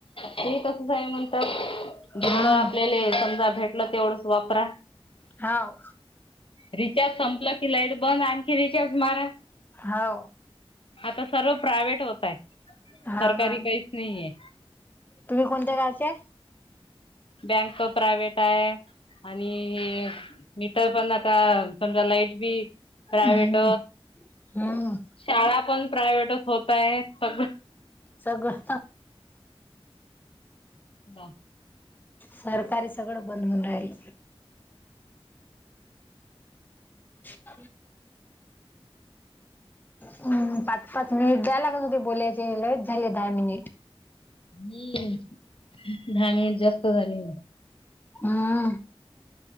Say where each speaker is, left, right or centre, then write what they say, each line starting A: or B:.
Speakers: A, on the left (about 65°); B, on the left (about 20°).
A: ती तसंच आहे म्हणतात
B: हम्म
A: जेवढं आपल्याला समजा भेटलं तेवढंच वापरा
B: हाव
A: रिचार्ज संपलं कि लाईट बंद आणखी रिचार्ज मारा
B: हो
A: आता सर्व प्रायव्हेट होतय
B: हाव
A: सरकारी
B: ना
A: काहीच नाही आहे.
B: तुम्ही कोणत्या गावच्या आहे?
A: बँक प्रायवट आहे, आणि मीटर पण आता समजा लाईट बी प्रायव्ट
B: हम्म हम्म
A: शाळा पण प्रायव्हेटच होत आहे. सगळं
B: सगळं
A: हा
B: सरकारी सगळं बंद होन राहिल. <inaudible> हम् पाच पाच मिनिट द्याय लागत होते बोलायचे ल झाले दहा मिनिट
A: हम्म दहा मिनिट जास्त झाले.
B: हम्म